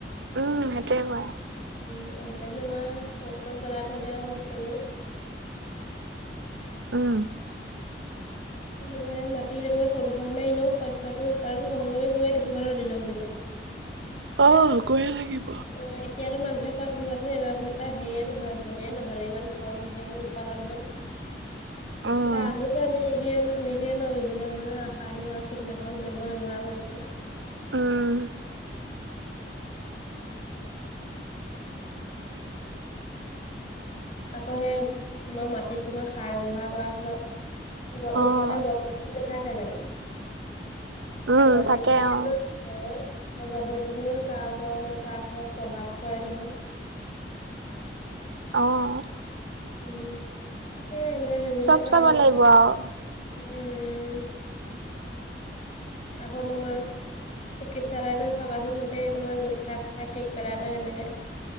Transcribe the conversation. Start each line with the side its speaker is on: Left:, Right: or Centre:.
Right: উম সেইটোৱে কয়।
Left: উ আজি কালি তোমাৰ অ'ত ত'ত পেলাই থৈ দিয়া বস্তুবোৰ
Right: উম।
Left: স মাটি তেনেকে প্ৰদূষণে এনেও শস্যটো উৎপাদন কমি কমি গৈয়ে থাকিব ন দিনক দিনে
Right: অ', গৈয়ে থাকিম।
Left: অ', এতিয়াতো মানুহে কয় শুনিবাচোন এইবাৰ বোলে হেৰিয়ে নহ'লে ধানে নহ'লে ইমান কম হে উপাদন হল
Right: অ',
Left: কাৰণ তো আমি নি নিতিয় ন বিভিন্ন ধৰণৰ ৰাসায়নিক আৰু কীটনাশক দ্ৰব্য ব্যৱহাৰ কৰিছোঁ।
Right: উম।
Left: আকৌ সেই তোমাৰ মাটিত তোমাৰ সাৰ ব্যৱহাৰ কৰাৰ পিছত গ ওচৰতে
Right: অ'।
Left: গছ-গছনি নাথাকে জানো
Right: উম
Left: সেই গছ
Right: থাকে
Left: গছনিয়ে
Right: অ
Left: তো অ', সেই গছ-গছনিও তাৰ ওপৰত মানে তাৰ ফলত প্ৰভাৱ পৰে নহয়।
Right: অ'।
Left: এই এনেকুৱা বিভিন্ন
Right: চব
Left: কাৰণ
Right: চাব
Left: আছে
Right: লাগিব আও
Left: উম উ। আকৌ তোমাৰ চিকিৎসালয়তো চাবাচোন গোটেই তোমাৰ গোটখা খাই পিক পেলাই থয় কেনেকৈ।